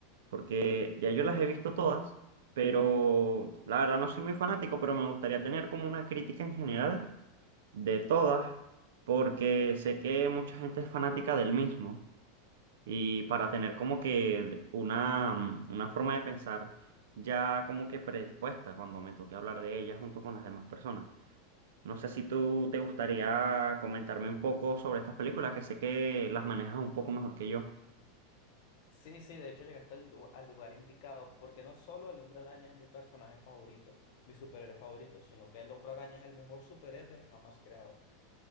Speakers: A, on the right (about 75°); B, on the left (about 60°).
A: porque ya yo las he visto todas, pero la verdad no soy muy fanático, pero me gustaría tener como una crítica en general de todas, porque sé que mucha gente es fanática del mismo. y para tener como que una, mm, una forma de pensar ya como que predispuesta cuando me toque hablar de ella junto con las demás personas. No sé si tú te gustaría comentarme un poco sobre estas películas, que sé que las manejas un poco mejor que yo.
B: Sí, sí, de hecho llegaste al, lu- al lugar indicado, porque no solo el Hombre Araña es mi personaje favorito, mi superhéroe favorito, sino que el Hombre Araña es el mejor superhéroe jamás creado.